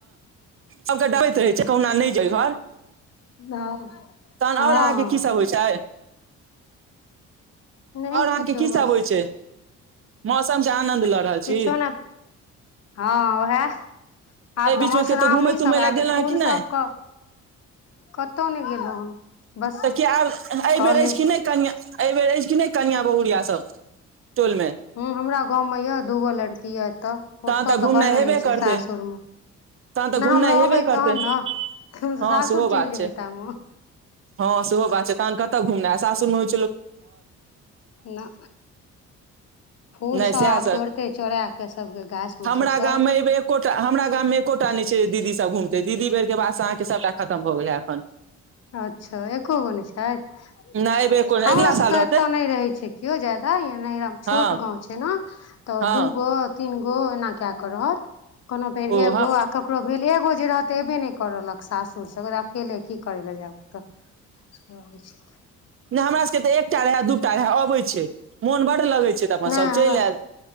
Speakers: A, on the right (about 45°); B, on the left (about 55°).
A: सभके डबैत रहै छै कहुना नहि जाय घर
B: हँ
A: तहन और
B: हँ
A: अहाँके की सभ होइ छै?
B: नहि
A: आओर अहाँके
B: किछो
A: की सब
B: बस
A: होइ छै मौसम के आनंद
B: किछो
A: लऽ रहल छी
B: ने हँ उएह आब
A: एहि
B: तऽ
A: बीच
B: मधुश्रावणी
A: मे कतौ घुमय तुमय
B: सभ
A: लए
B: आय त
A: गेलहुँ
B: फूल
A: हेँ कि नहि
B: सभके कतहु नहि गेलहुँ हेन बस
A: तऽ कि आब एहि
B: कॉलेज
A: बेर अछि कि नहि कनिया एहि बेर अछि कि नहि कनिया बहुरिया सभ टोल मे
B: ह हमरा गाँवमे यए दूगो लड़की यए एतय
A: तहन
B: ओतय तऽ
A: घुमनाइ
B: बड़ रहैत
A: हेबे
B: छै
A: करतै
B: सासुरमे
A: तहन तऽ
B: ने
A: घुमनाइ
B: हम रहबै
A: हेबे करतै
B: तहन ने हम त
A: हँ
B: सासुर
A: सेहो बात
B: चलि
A: छै
B: जेबै तमे
A: हँ, सेहो बात छै तऽ। ने कतऽ घुमने छी, बस सासुरमे हँ।
B: ना फूल
A: नहि
B: सब
A: सएह
B: आब तोड़तै चोरे कऽ सभके गाछ मे
A: हमरा
B: सँ सब
A: गाममे एहि बेर एकोटा हमरा गाममे मे एकोटा नहि नहि छै दीदी सब घुमते दीदी बेर के बाद से अहाँके सभटा खतम भऽ गेलै एखन
B: अच्छा एको गो नहि छथि
A: नहि एहि बेर कोन
B: हमरो
A: अगिला
B: सबके
A: साल रहतै
B: एतऽ नहि रहे छै केओ जादा छोट
A: हँ
B: गाँंव छै तऽ
A: हँ
B: दु गो तीन गो एना कए रहत कोनो बेर
A: ओ
B: एगो
A: हम
B: आ कब ककरो भेल एगो जे रहत एबे नहि कर रहलक सासुर सभ अकेले की करबै जा कऽ सैह होइ छै
A: नै हमरा सब के तऽ एकटा रहै दूटा रहै अबै छै मोन बड्ड लगै छै तऽ अपन
B: नहि
A: सभ चलि
B: हमरा
A: आयल
B: सँ